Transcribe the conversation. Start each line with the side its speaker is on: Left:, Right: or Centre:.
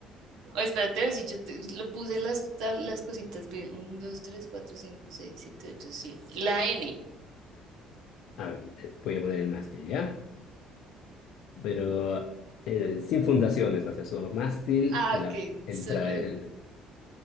Right: O espérate, a ver si yo te- le puse las, tab- las cositas bien. Uno, 2, 3, 4, 5, 6, 7, 8. sí. La N.
Left: A ver, eh, voy a poner el mástil, ¿ya? Pero eh, sin fundaciones, va a ser solo mástil,
Right: Ah,
Left: el,
Right: ok.
Left: el,
Right: Solo
Left: tra-
Right: el...
Left: el-